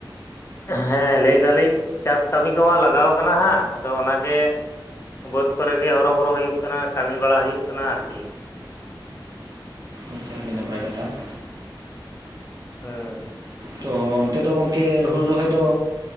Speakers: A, on the left (about 35°); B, on the right (about 50°).
A: ᱦᱮᱸ ᱞᱟᱹᱭᱫᱟᱞᱤᱧ ᱪᱟᱥ ᱠᱟᱹᱢᱤ ᱠᱚᱢᱟ ᱞᱟᱜᱟᱣ ᱠᱟᱱᱟ ᱦᱟᱸᱜ ᱟᱫᱚ ᱚᱱᱟᱜᱮ ᱵᱟᱹᱫᱽ ᱠᱚᱨᱮᱜ ᱜᱮ ᱦᱚᱨᱚᱵᱚᱨᱚ ᱦᱩᱭᱩᱜ ᱠᱟᱱᱟ ᱠᱟᱹᱢᱤ ᱵᱟᱲᱟ ᱦᱩᱭᱩᱜ ᱠᱟᱱᱟ ᱟᱨᱠᱤ ᱾
B: ᱟᱪᱪᱷᱟ ᱟᱹᱰᱤ ᱱᱟᱯᱟᱭ ᱠᱟᱛᱷᱟ ᱾
A: ᱦᱮᱸ
B: ᱛᱚ ᱚᱱᱛᱮ ᱫᱚ ᱜᱚᱝᱠᱮ ᱦᱩᱲᱩ ᱨᱚᱦᱚᱭ ᱫᱚ